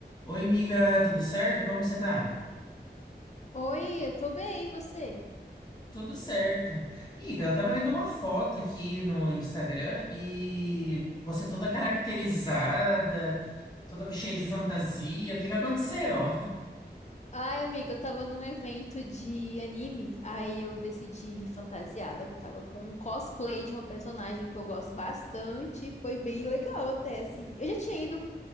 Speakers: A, on the left; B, on the left.
A: Oi, amiga, tudo certo? Como que você tá?
B: Oi, eu tô bem, e você?
A: Tudo certo. Amiga, eu tava vendo uma foto aqui no Instagram e você toda caracterizada, toda cheia de fantasia. O que que aconteceu?
B: Ai, amiga, eu tava num evento de anime, aí eu decidi ir fantasiada, eu tava com um cosplay de uma personagem que eu gosto bastante, e foi bem legal até, assim. Eu já tinha ido